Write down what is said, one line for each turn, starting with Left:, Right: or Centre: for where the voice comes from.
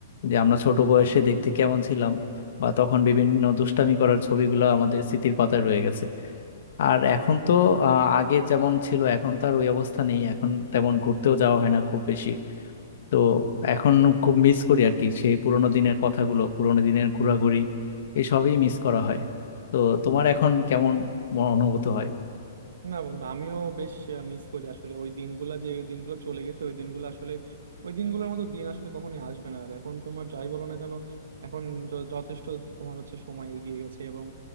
Left: যে আমরা ছোট বয়সে দেখতে কেমন ছিলাম বা তখন বিভিন্ন দুষ্টামি করার ছবিগুলো আমাদের স্মৃতির পাতায় রয়ে গেছে আর এখন তো আহ, আগে যেমন ছিল এখন তো আর ওই অবস্থা নেই এখন তেমন ঘুরতেও যাওয়া হয় না খুব বেশি তো এখন খুব মিস করি আর কি সেই পুরোনো দিনের কথাগুলো পুরোনো দিনের ঘোরাঘুরি এসবই মিস করা হয় তো তোমার এখন কেমন মন- অনুভূত হয়
Right: না বন্ধু আমিও বেশ মিস করি আসলে ওই দিনগুলা যে দিনগুলো চলে গেছে ওই দিনগুলো আসলে ওই দিনগুলোর মতো দিন আসলে কখনোই আসবে না আর এখন তোমার যাই বলো না কেন এখন য- যথেষ্ট তোমার হচ্ছে সময় এগিয়ে গেছে এবং